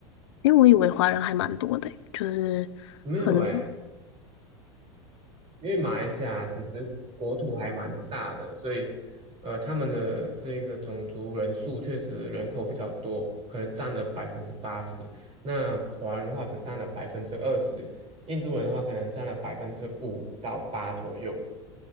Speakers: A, on the left (about 70°); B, on the right (about 40°).
A: 因为我以为华人还蛮多的欸就是很
B: 没有哎、因为马来西亚其实国土还蛮大的，所以呃，他们的这个种族人数确实人口比较多，可能占了百分之八十。那华人的话只占了百分之二十，印度人的话可能占了百分之五到八左右。